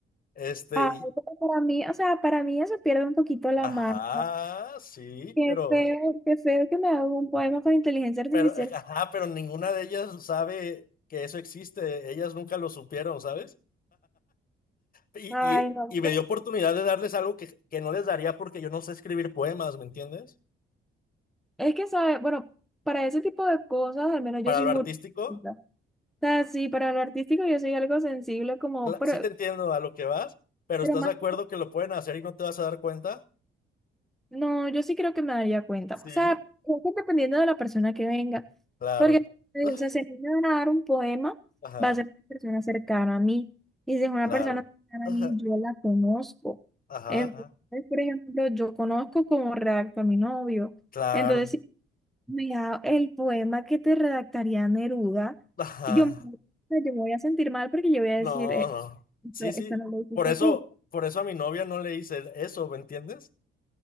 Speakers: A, on the left; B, in the centre.
A: Este,
B: Ah,
A: y-
B: pero para mí, o sea, para mí eso pierde un poquito la
A: ajá,
B: marca.
A: sí,
B: Qué
A: pero,
B: feo, qué feo que me haga un poema con inteligencia artificial.
A: pero, ajá, pero ninguna de ellas sabe que eso existe. Ellas nunca lo supieron, ¿sabes? Y,
B: Ay,
A: y,
B: no.
A: y
B: bueno,
A: me dio oportunidad de darles algo que, que no les daría porque yo no sé escribir poemas, ¿me entiendes?
B: Es que, ¿sabes? Bueno, para ese tipo de cosas, al menos
A: Para
B: yo soy
A: lo
B: muy
A: artístico,
B: artística. O sea, sí, para lo artístico yo soy algo sensible, como,
A: cla-
B: pero,
A: sí te entiendo a lo que vas, pero
B: pero
A: ¿estás
B: más.
A: de acuerdo que lo pueden hacer y no te vas a dar cuenta?
B: No, yo sí creo que me daría cuenta.
A: Sí,
B: O sea, creo que dependiendo de la persona que venga.
A: claro.
B: Porque, eh,
A: <laughs>
B: o sea, si a mí me van a dar un poema,
A: Ajá,
B: va a ser una persona cercana a mí. Y si es una
A: claro.
B: persona cercana
A: Ajá,
B: a mí, yo la conozco.
A: ajá,
B: Entonces,
A: ajá,
B: por ejemplo, yo conozco cómo redacto a mi novio.
A: claro.
B: Entonces, si mira, el poema que te redactaría Neruda,
A: Ajá.
B: yo, me- o sea, yo me voy a sentir mal porque yo voy a
A: No,
B: decir, eh,
A: no.
B: esto,
A: Sí, sí.
B: esto no lo hiciste
A: Por eso,
B: tú.
A: por eso a mi novia no le hice eso, ¿me entiendes?